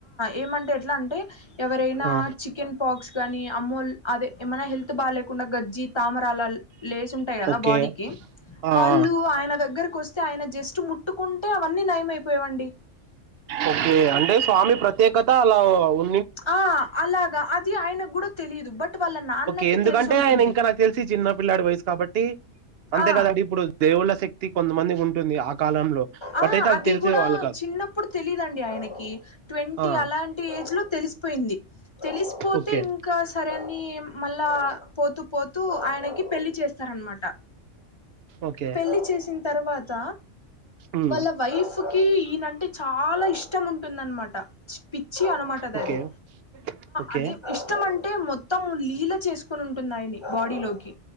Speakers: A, on the left; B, on the right.
A: ఏమంటే ఎట్లా అంటే ఎవరైనా
B: ఆ
A: చికెన్ పాక్స్ గానీ అమ్మోళ్లు అదే ఏమైనా హెల్త్ బాగా లేకుండా గజ్జి తామరా అల లేసుంటాయి గదా
B: ఓకే
A: బాడీకి
B: ఆ
A: వాళ్ళు
B: ఆ
A: ఆయన దగ్గర కొస్తే ఆయన జస్ట్ ముట్టుకుంటే అవన్నీ నయమైపోయేవండి.
B: ఓకే అంటే స్వామి ప్రత్యేకత అలా ఉ
A: ఆ అలాగా అది ఆయనకు కూడా తెలిదు బట్ వాళ్ళ నాన్నకి
B: ఓకే ఎందుకంటే
A: తెలిసుంటుంది
B: ఆయన ఇంకా నాకు తెలిసి చిన్న పిల్లాడి వయసు కాబట్టి అంతే
A: ఆ
B: కదండి ఇప్పుడు దేవుళ్ళ శక్తి కొంతమందికి ఉంటుంది ఆ కాలంలో బట్
A: ఆ
B: అయితే
A: అది
B: తెలిసే
A: కూడా
B: వాళ్ళు కాదు
A: చిన్నప్పుడు తెలిదండి ఆయనకి ట్వంటీ
B: ఆ
A: అలాంటి ఏజ్ లో తెలిసిపోయింది. తెలిసిపోతే
B: ఓకే
A: ఇంకా సరేని మళ్ళా పోతూ పోతూ ఆయనకి పెళ్ళి చె సర్మాట
B: ఓకే
A: పెళ్లిి చేసిన తర్వాత
B: ఉమ్
A: వాళ్ళ వైఫ్ కి ఈయనంటే చాలా ఇష్టం ఉంటుందనమాట పిచ్చి అనుమా అది
B: ఓకే ఓకే
A: అది ఇష్టం అంటే మొత్తం లీల చేసుకుని ఉంటుంది ఆయని బాడీ లోకి